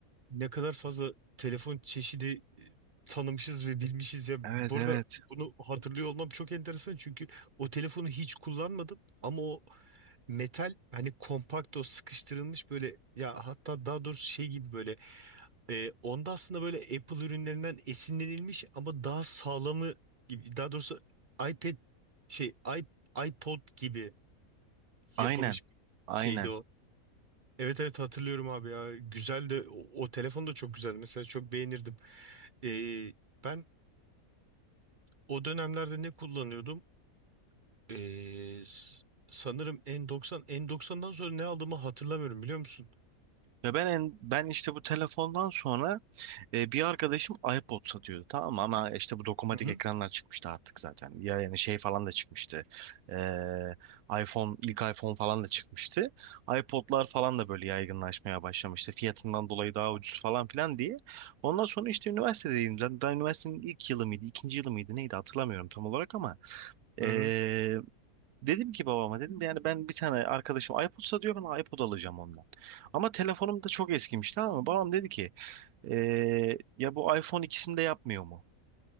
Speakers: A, on the right; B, on the right.
A: ne kadar fazla telefon çeşidi e, tanımışız ve bilmişiz ya.
B: Evet
A: Bu
B: evet
A: arada bunu hatırlıyor olmam çok enteresan çünkü o telefonu hiç kullanmadım ama o metal hani kompakt o sıkıştırılmış böyle ya hatta daha doğrusu şey gibi böyle E, onda aslında böyle Apple ürünlerinden esinlenilmiş ama daha sağlamı gibi daha doğrusu iPad şey i- iPod gibi
B: aynen
A: yapılmış
B: aynen.
A: şeydi o. Evet evet hatırlıyorum abi ya. Güzel de o, o telefon da çok güzeldi. Mesela çok beğenirdim. E, ben o dönemlerde ne kullanıyordum? E, s- sanırım N90. N90'dan sonra ne aldığımı hatırlamıyorum biliyor musun?
B: Ve ben en, ben işte bu telefondan sonra E, bir arkadaşım iPod satıyordu tamam mı? ama işte bu dokunmatik
A: Hı hı.
B: ekranlar çıkmıştı artık zaten. Ya yani şey falan da çıkmıştı. E, iPhone ilk iPhone falan da çıkmıştı. iPod'lar falan da böyle yaygınlaşmaya başlamıştı. Fiyatından dolayı daha ucuz falan filan diye. Ondan sonra işte üniversitedeydim. Zaten daha üniversitenin ilk yılı mıydı, ikinci yılı mıydı neydi hatırlamıyorum tam olarak ama
A: Hı
B: e,
A: hı.
B: dedim ki babama dedim yani ben bir tane arkadaşım iPod satıyor ben iPod alacağım ondan. Ama telefonum da çok eskimiş tamam mı? Babam dedi ki ee, ya bu iPhone ikisini de yapmıyor mu?